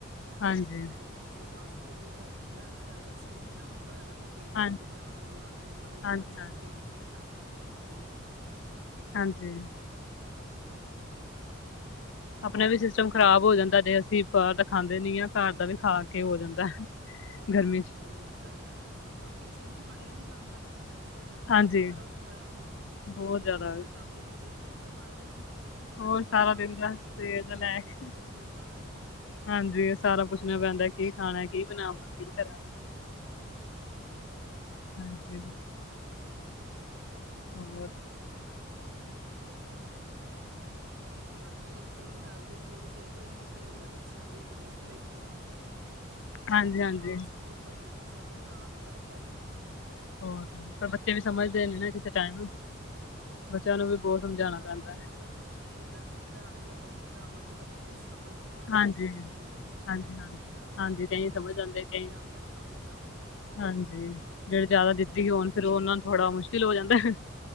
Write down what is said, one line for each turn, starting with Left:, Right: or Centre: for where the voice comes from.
Left: ਹਾਂਜੀ ਹਾਂਜੀ
Right: ਇੰਨੀ ਗਰਮੀ ਚ ਤਾਂ ਫਾਸਟ ਫੂਡ ਹਣ ਵੀ ਫਿਰ ਡਾਇਜਸਟ ਵੀ ਨੀ ਨਾ ਹੁੰਦਾ ਹੈਗਾ ਫੇਰ ਪੇਟ
Left: ਹਾਂਜੀ
Right: ਦਰਦ ਵਗੈਰਾ ਹੋਰ ਲ ਹੋਣ ਲੱਗ ਜਾਂਦਾ
Left: ਹਾਂਜੀ
Right: ਬੱਚਿਆਂ ਦਾ ਪੇਟ ਚ ਇਨਫੈਕਸ਼ਨ ਹੋ ਜਾਂਦੀ ਹੈ
Left: ਹਾਂਜੀ
Right: ਹੋਰ ਕਿਆ
Left: ਆਪਣਾ ਵੀ ਸਿਸਟਮ ਖ਼ਰਾਬ ਹੋ ਜਾਂਦਾ ਜੇ ਅਸੀਂ ਬਾਹਰ ਦਾ ਖਾਂਦੇ ਨੀ ਹ ਘਰ ਦਾ ਵੀ ਖਾ ਕੇ ਹੋ ਜਾਂਦਾ
Right: ਹਾਂਜੀ
Left: ਗਰਮੀ ਚ
Right: ਇਹ ਤਾਂ ਹੈ ਪਰ ਕਿਚਨ ਚ ਖੜਿਆ ਨਹੀਂ ਜਾਂਦਾ ਕਿਚਨ ਚ ਖੜਨਾ
Left: ਹਾਂਜੀ
Right: ਬੜਾ ਔਖਾ ਹੈ ਹੁਣ
Left: ਬਹੁਤ
Right: ਲੇਡੀਜ਼
Left: ਜ਼ਿਆਦਾ
Right: ਦਾ ਤਾਂ ਕੰਮ ਹੀ ਕਿਚਨ ਚ ਹੁੰਦਾ ਸਾਰਾ ਦਿਨ ਇੱਕ ਟਾਈਮ
Left: ਹੋਰ
Right: ਦਾ
Left: ਸਾਰਾ
Right: ਬਣਾ
Left: ਦਿਨ
Right: ਲਿਆ ਤਾਂ
Left: ਦਾ
Right: ਦੂਜੇ
Left: ਸਵੇਰ
Right: ਟਾਈਮ ਦਾ
Left: ਤੋਂ
Right: ਦੇਖਦੇ
Left: ਲੈ ਕੇ
Right: ਆ ਫਿਰ ਵੀ ਕੀ ਖਾਣਾ ਹੈ
Left: ਹਾਂਜੀ ਸਾਰਾ ਪੁੱਛਣਾ ਪੈਂਦਾ
Right: ਹੋਰ
Left: ਕੀ ਖਾਣਾ ਕੀ ਬਣਾਵਾਂ ਕੀ ਕਰਾਂ
Right: ਹਾਂ
Left: ਹਾਂਜੀ ਹੋਰ
Right: ਬਾਕੀ ਇਹ ਵੀ ਚਲੋ ਹੈਲਦੀ ਫੂਡ ਸਿਹਤ ਲਈ ਵੀ ਸਹੀ ਆ ਬੱਚਿਆਂ ਦੀ ਗਰੋਥ ਲਈ ਵੀ ਵਧੀਆ
Left: ਹਾਂਜੀ ਹਾਂਜੀ
Right: ਫਾਸਟ ਫੂਡ ਤਾਂ ਫਿਰ ਬ ਬੱਚਿਆਂ ਨੂੰ ਖਰਾਬ ਹੀ ਕਰਦਾ
Left: ਹੋਰ ਪਰ ਬੱਚੇ ਵੀ ਸਮਝਦੇ ਨੇ ਨਾ ਕਿਸੇ ਟਾਈਮ ਬੱਚਿਆਂ ਨੂੰ ਵੀ
Right: ਹਾਂ
Left: ਬਹੁਤ
Right: ਚਲੋ
Left: ਸਮਝਾਉਣਾ
Right: ਜੇ
Left: ਪੈਂਦਾ
Right: ਮੀਨਸ
Left: ਹੈ।
Right: ਪੇਰੈਂਟਸ ਸਮਝਾਉਣਗੇ ਆਪਾਂ ਸਮਝਾਵਾਂਗੇ ਤਾਂ ਬੱਚੇ ਸਮਝ ਵੀ ਜਾਂਦੇ
Left: ਹਾਂਜੀ
Right: ਨੇ ਕਈ ਤਾਂ ਚਲੋ
Left: ਹਾਂਜੀ
Right: ਹੋਰ
Left: ਹਾਂਜੀ
Right: ਕਿਆ ਛੋਟੇ
Left: ਹਾਂਜੀ
Right: ਹੁੰਦੇ
Left: ਕਈ
Right: ਹੋ
Left: ਸਮਝ
Right: ਬੱਚਿਆਂ
Left: ਆਉਂਦੇ
Right: ਨੂੰ ਆਪਾਂ
Left: ਕਈ
Right: ਧਿਆਨ ਰੱਖਾਂਗੇ ਤਾਂ
Left: ਹਾਂਜੀ
Right: ਫਿਰ
Left: ਜਿਹੜੇ
Right: ਸਹੀ
Left: ਜ਼ਿਆਦਾ
Right: ਰਹੇਗਾ
Left: ਜਿੱਦੀ
Right: ਹੋਰ
Left: ਹੋਣ ਫਿਰ ਉਹਨਾਂ ਨੂੰ ਥੋੜਾ ਮੁਸ਼ਕਿਲ ਹੋ ਜਾਂਦਾ ਹੈ।